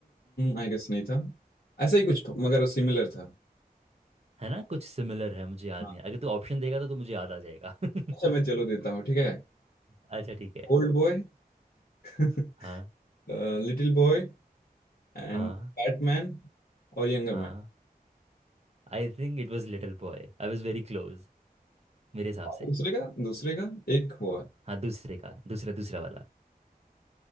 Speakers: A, on the left; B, on the right.
A: आई गेस नहीं था ऐसा ही कुछ मगर सिमिलर था
B: है ना कुछ सिमिलर है मुझे याद
A: हाँ
B: नहीं आ- अगर तू ऑप्शन देगा तो, तो मुझे याद आ जाएगा <laughs>
A: अच्छा मैं चलो देता हूँ ठीक है
B: अच्छा ठीक है
A: Old boy <laughs>
B: हाँ
A: Little Boy and
B: हाँ
A: Batman और यंगर
B: हाँ
A: मैन
B: I think it was little boy I was very close मेरे हिसाब
A: और
B: से
A: दूसरे का दूसरे का एक हुआ <laughs>
B: हाँ दूसरे का दूसरा दूसरा वाला